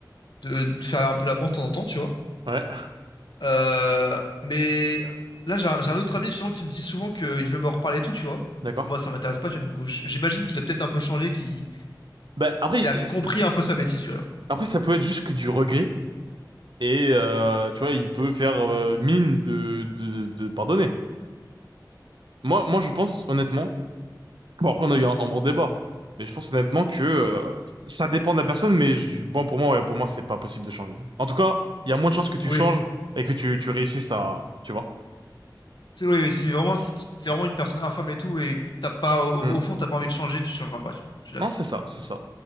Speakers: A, on the left; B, on the right.
A: de, de faire un peu la mort de temps en temps, tu vois.
B: Ouais,
A: Euh, mais là, j'ai un, j'ai un autre ami, justement, qui me dit souvent qu'il veut me reparler et tout, tu vois.
B: d'accord.
A: Mais moi, ça m'intéresse pas, tu vois. Du coup, j- j'imagine qu'il a peut-être un peu changé, qu'il
B: Bah, après,
A: qu'il a compris
B: c'est-
A: un peu sa bêtise, tu vois.
B: après, ça peut être juste que du regret et euh, tu vois, il peut faire euh, mine de, de, de pardonner. Moi, moi, je pense honnêtement. Bon, après, on a eu un, un bon débat, mais je pense honnêtement que euh, ça dépend de la personne. Mais je- bon, pour moi, ouais, pour moi, c'est pas possible de changer. En tout cas, il y a moins de chances que tu
A: Oui,
B: changes et que tu, tu réussisses à, tu vois.
A: c'est oui, oui, c'est vraiment, c'est c'est vraiment une personne infâme et tout, et t'as pas, au,
B: Mm.
A: au fond, t'as pas envie de changer, tu changeras pas, tu vois. Je suis d'accord.
B: Non, c'est ça, c'est ça.